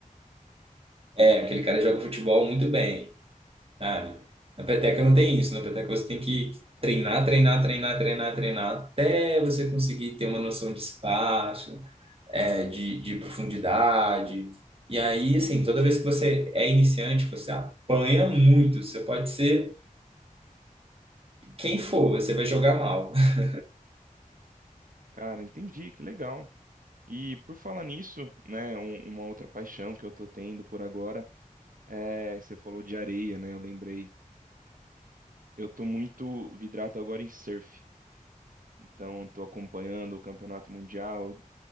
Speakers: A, on the right; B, on the right.
A: é, aquele cara joga futebol muito bem, sabe? Na peteca não tem isso, na peteca você tem que treinar, treinar, treinar, treinar, treinar, até você conseguir ter uma noção de espaço, é, de, de profundidade. E aí, assim, toda vez que você é iniciante, você apanha muito. Você pode ser quem for, você vai jogar mal. <laughs>
B: Cara, entendi, que legal. E por falar nisso, né, um- uma outra paixão que eu tô tendo por agora é, você falou de areia, né? Eu lembrei. Eu tô muito vidrado agora em surf. Então, tô acompanhando o Campeonato Mundial,